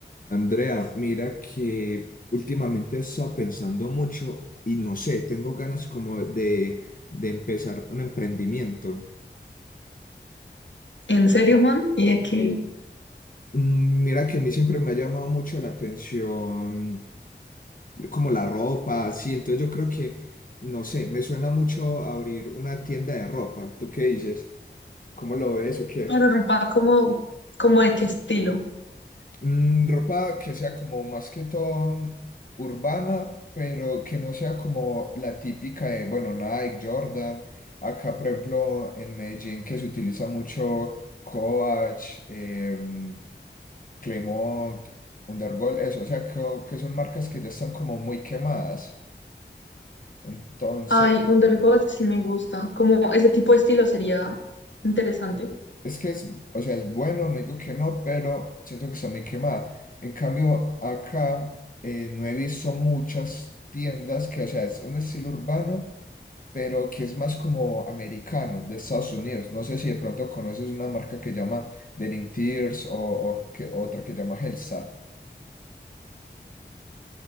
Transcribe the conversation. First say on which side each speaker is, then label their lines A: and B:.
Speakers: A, on the left (about 45°); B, on the left (about 80°).
A: Andrea, mira que últimamente he estado pensando mucho y no sé, tengo ganas como de, de empezar un emprendimiento.
B: ¿En serio, Juan? ¿Y de qué?
A: Sí, Mm, Mira que a mí siempre me ha llamado mucho la atención como la ropa, así, entonces yo creo que, no sé, me suena mucho abrir una tienda de ropa. ¿Tú qué dices? ¿Cómo lo ves o qué?
B: Pero ropa como, como de qué estilo.
A: Mm, ropa que sea como más que todo urbana, pero que no sea como la típica de, bueno, Nike, Jordan. Acá, por ejemplo, en Medellín, que se utiliza mucho Coach, em, Clemont, Undergol, eso, o sea, co- que, son marcas que ya están como muy quemadas. entonces
B: Ay, Undergold sí me gusta. Como ese tipo de estilo sería interesante.
A: Es que es, o sea, es bueno, no digo que no, pero siento que está muy quemada. En cambio, acá eh, no he visto muchas tiendas que, o sea, es un estilo urbano, pero que es más como americano, de Estados Unidos. No sé si de pronto conoces una marca que llama Denim Tears o, o que- otra que llama Hellstar.